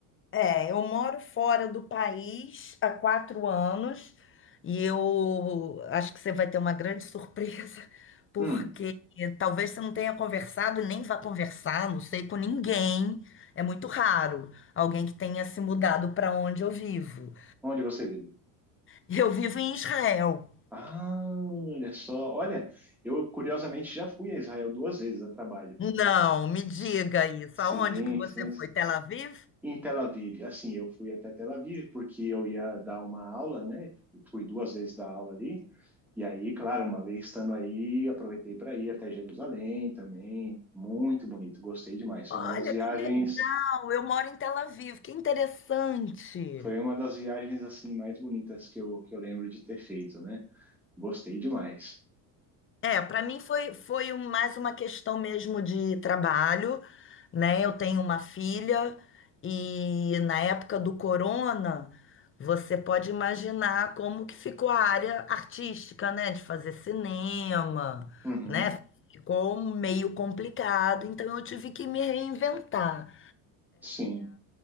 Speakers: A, on the left; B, in the centre.
A: É, eu moro fora do país há quatro anos e eu acho que você vai ter uma grande surpresa, <laughs> porque
B: Hum,
A: talvez você não tenha conversado e nem vá conversar, não sei, com ninguém. É muito raro alguém que tenha se mudado para onde eu vivo.
B: onde você vive?
A: Eu vivo em Israel.
B: Ah, olha só. Olha, eu curiosamente já fui a Israel duas vezes a trabalho.
A: Não, me diga
B: S-
A: isso.
B: Sim,
A: Aonde que você
B: sim.
A: foi? Tel Aviv?
B: Em Tel Aviv, assim, eu fui até Tel Aviv porque eu ia dar uma aula, né? Fui duas vezes dar aula ali. E aí, claro, uma vez estando aí, aproveitei para ir até Jerusalém também. Muito bonito, gostei demais. Foi
A: Olha
B: uma das viagens,
A: que legal, eu moro em Tel Aviv, que interessante.
B: foi uma das viagens assim mais bonitas que eu, que eu lembro de ter feito, né? Gostei demais.
A: É, para mim foi, foi um- mais uma questão mesmo de trabalho, né? Eu tenho uma filha e na época do corona, você pode imaginar como que ficou a área artística, né? De fazer cinema,
B: Uhum,
A: né? Ficou meio complicado, então eu tive que me reinventar.
B: sim,